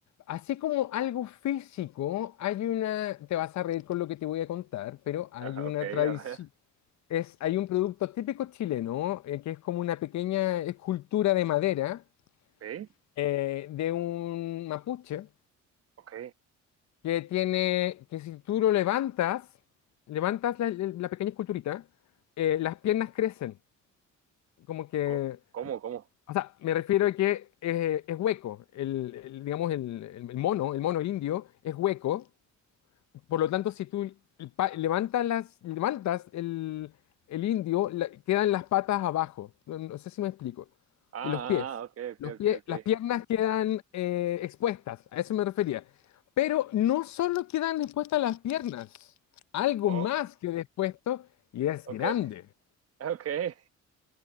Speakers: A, on the left; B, on the right.
A: Así como algo físico, hay una, te vas a reír con lo que te voy a contar, pero hay
B: Ajá,
A: una
B: ok,
A: tradición,
B: a ver.
A: es, hay un producto típico chileno, eh, que es como una pequeña escultura de madera
B: Ok,
A: eh, de un mapuche
B: ok.
A: que tiene, que si tú lo levantas, levantas la, la pequeña esculturita, eh, las piernas crecen, como que,
B: Co- ¿Cómo, cómo?
A: o sea, me refiero a que eh, es hueco, el, el- digamos, el, el- el mono, el mono, el indio, es hueco Por lo tanto, si tú pa- levantas, las, levantas el, el indio, la- quedan las patas abajo. No, no sé si me explico.
B: Ah, ah,
A: Y los pies.
B: ah, ok, ok,
A: Los pies,
B: ok, ok.
A: las piernas quedan eh, expuestas. A eso me refería. Pero no solo quedan expuestas las piernas. Algo
B: Oh,
A: más queda expuesto y es
B: ok,
A: grande.
B: <laughs> ok.